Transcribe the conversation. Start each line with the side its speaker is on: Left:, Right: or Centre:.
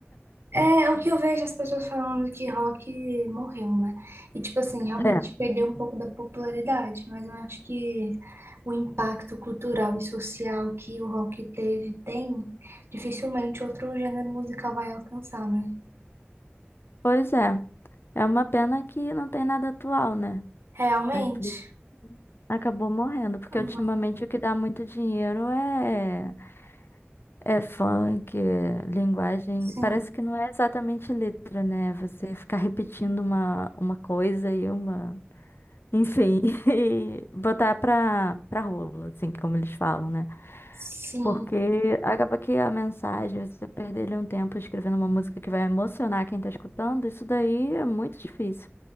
Right: É, é o que eu vejo as pessoas falando que rock morreu, né? E, tipo assim, realmente
Left: É.
Right: perdeu um pouco da popularidade, mas eu acho que o impacto cultural e social que o rock teve, tem, dificilmente outro gênero musical vai alcançar, né?
Left: Pois é, é uma pena que não tem nada atual, né?
Right: Realmente?
Left: A empresa acabou morrendo, porque
Right: Não.
Left: ultimamente o que dá muito dinheiro é É funk, é linguagem.
Right: Sim,
Left: Parece que não é exatamente letra, né? Você ficar repetindo uma, uma coisa e uma. Enfim, <laughs> e botar pra, pra rolo, assim, como eles falam, né?
Right: sim,
Left: Porque acaba que a mensagem, você perder ali um tempo escrevendo uma música que vai emocionar quem tá escutando, isso daí é muito difícil.